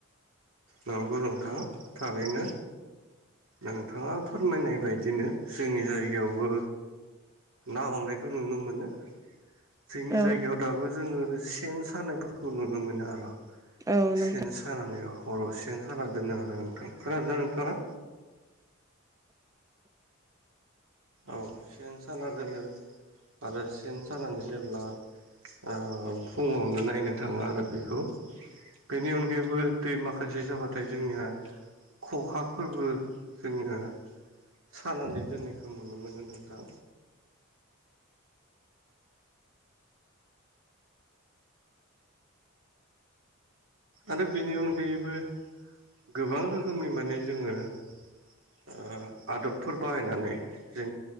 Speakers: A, on the right; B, on the right.
A: नंगौ नोंथां थारैनो। नोंथाङा फोरमायनाय बायदिनो जोंनि जायगायावबो ना हमनायखौ नुनो मोनो जोंनि
B: औ
A: जायगायाव दाबो जोङो सेन सानायफोरखौ नुनो मोनो आरो
B: औ नों
A: सेन सानानै औ हराव सेन साना दोनो आरो नोंथां खोनादोंना नोंथाङा औ सेन साना दोनो आरो सेन सानानै जेब्ला ओ फुङावनो नायनो थाङो आरो बेखौ बेनि अनगायैबो दै माखासे जाबाथाय जोंनिया खखा फोरबो जोङो सानानै दोननायखौ नुनो मोनो नोंथां आरो बेनि अनगायैबो गोबां रोखोमनि माने जोङो ओ आदबफोर बाहायनानै जेन